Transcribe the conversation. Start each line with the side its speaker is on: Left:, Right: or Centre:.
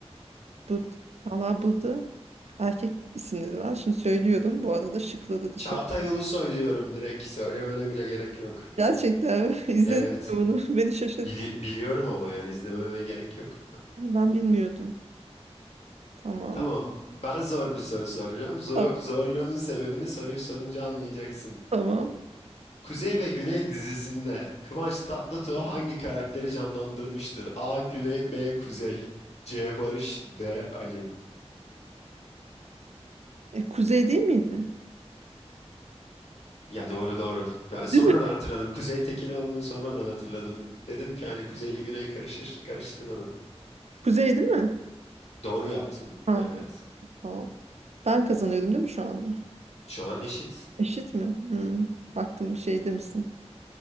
Right: Bu, valla burada erkek isimleri var. Şimdi söylüyorum. Bu arada şıkları da
Left: Çağatay
Right: söylüyorum.
Left: Ulusoy diyorum direkt. Söylemene bile gerek yok.
Right: Gerçekten mi? <laughs> izledin
Left: Evet.
Right: mi bunu? <laughs> Beni şaşırttı.
Left: Bili- biliyorum ama yani izlememe gerek yok.
Right: Ben bilmiyordum. Tamam.
Left: Tamam. Ben zor bir soru soracağım. Zor-
Right: Tamam.
Left: zorluğunun sebebini soruyu sorunca anlayacaksın.
Right: Tamam.
Left: Kuzey ve Güney dizisinde Kıvanç Tatlıtuğ hangi karakteri canlandırmıştır? A. Güney B. Kuzey C. Barış D. Ali
Right: E, kuzey değil miydi?
Left: Ya doğru doğru. Ya sonradan
Right: Değil mi?
Left: hatırladım. Kuzey Tekinoğlu'nu sonradan hatırladım. Dedim ki hani Kuzey Güney karışır. Karıştırmadım.
Right: Kuzey değil mi?
Left: Doğru yaptın.
Right: Ha,
Left: Evet.
Right: tamam. Ben kazanıyordum değil mi şu anda?
Left: Şu an eşit.
Right: Eşit mi? Hmm. Baktım şey demişsin.